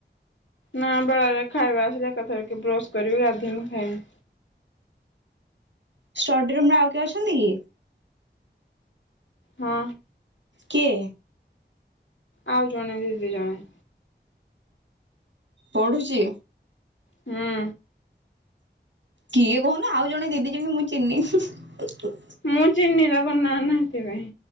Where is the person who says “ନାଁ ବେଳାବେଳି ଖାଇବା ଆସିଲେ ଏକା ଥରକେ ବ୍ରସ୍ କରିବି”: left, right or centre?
Left